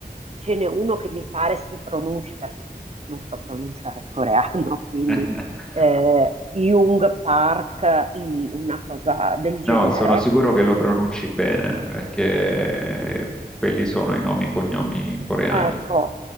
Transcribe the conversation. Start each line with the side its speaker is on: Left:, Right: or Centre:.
Right: ce n'è uno che mi pare si pronunci perché non so pronunciare il coreano, <laughs> quindi
Centre: <laughs>
Right: eh, Jung Park, I, una cosa del genere,
Centre: No, sono sicuro che lo pronunci bene, perché quelli sono i nomi e cognomi coreani.
Right: Ecco,